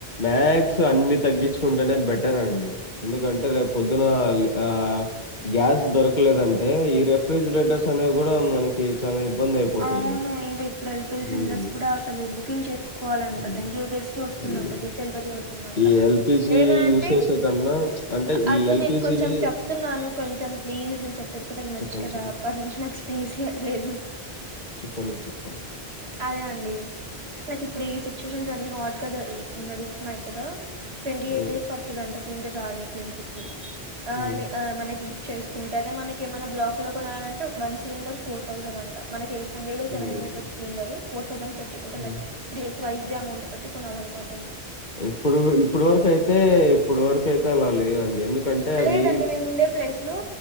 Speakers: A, on the left; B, on the right.
A: మ్యాక్్స్ అన్ని తగ్గించుకుంటేనే బెటర్ అండి ఎందుకంటే రేపు పొద్దున ఆహ్ హా గ్యాస్ దొరకలేదంటే ఈ రెఫ్రిజిరేటర్స్ అనేవి కూడా మనకి చాలా ఇబ్బందయిపోతుంది.
B: అవును ఇంకా ఇప్పుడు ఎల్పిజి
A: హ్మ్.
B: సిలిండర్స్ కూడా అసలు బుకింగ్ చేసుకోవాలంట
A: హ్మ్.
B: ట్వంటీ ఎయిట్ డేస్ కి వస్తుందంట
A: హ్మ్.
B: డెలివరీ అవుతుందంట
A: ఈ ఎల్‌పీజీ
B: లేద అంటే
A: యూసేజ్ కన్నా అంటే ఈ
B: అదే
A: ఎల్‌పీజీవి
B: నేను కొంచెం చెప్తున్నాను కొంచెం ప్లీజ్ నేను చెప్పేది కూడా విన నొచ్చు
A: చెప్పండి.
B: కదా
A: చెప్పండి.
B: అప్పటి నుంచి నాకు స్పేస్ లేదు
A: చెప్పండి. చెప్పండి.
B: అదే అండి నాకు ఇప్పుడు సిట్యుయేషన్ అన్ని హాట్ గా నడుస్తున్నా్ కదా ట్వంటీ
A: హ్మ్.
B: ఎయిట్ ేస్డుతే అంతా స సిలిండర్ రా కంటికి ఆ
A: హ్మ్.
B: ఆ మనకి చేసుకుంటే అద మనక ఏమన్నా బ్లాక్ లో కొనాల అంటే ఒక వన్ సిలిండర్ ఫోర్ థౌసండ్ అంట మనకి
A: హ్మ్.
B: సెవెన్ హండ్రడ్ వచ్చిలిండరు వాటర్ అండ్ పెట్టి అంటే
A: హ్మ్.
B: లైక్ త్రీ ప్రైస్డ్ అమౌంట్ పట్టి కొనాల్ అన్నమాట
A: ఇప్పుడు ఇప్పుడు వరకు అయితే ఇప్పుడు వరకు అయితే అలా లేదండి ఎందుకంటే అవి
B: లేదండి మేము ఉండే ప్లేస్ లో